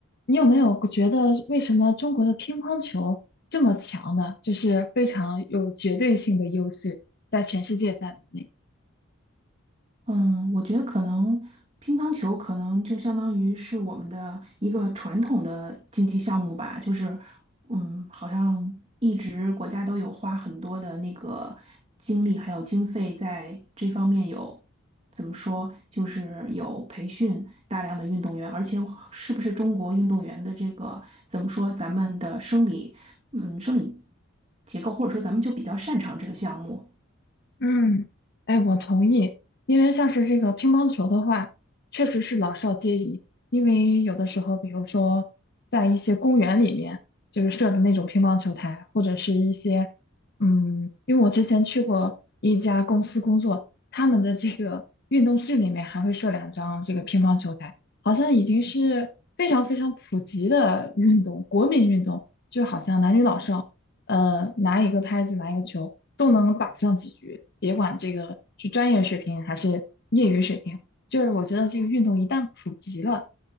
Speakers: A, on the left (about 50°); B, on the right (about 30°).
A: 你有没有觉得为什么中国的乒乓球这么强呢？就是非常有绝对性的优势，在全世界范围内。
B: 嗯，我觉得可能乒乓球可能就相当于是我们的一个传统的竞技项目吧，就是嗯，好像一直国家都有花很多的那个精力还有经费在这方面有。怎么说，就是有培训大量的运动员，而且是不是中国运动员的这个怎么说，咱们的生理，嗯，生理结构，或者说咱们就比较擅长这个项目。
A: 嗯，哎，我同意，因为像是这个乒乓球的话，确实是老少皆宜。因为有的时候，比如说在一些公园里面，就是设的那种乒乓球台，或者是一些，嗯，因为我之前去过一家公司工作，他们的这个运动室里面还会设两张这个乒乓球台，好像已经是非常非常普及的运动，国民运动，就好像男女老少。呃，拿一个拍子，拿一个球，都能打上几局，别管这个是专业水平还是业余水平，就是我觉得这个运动一旦普及了，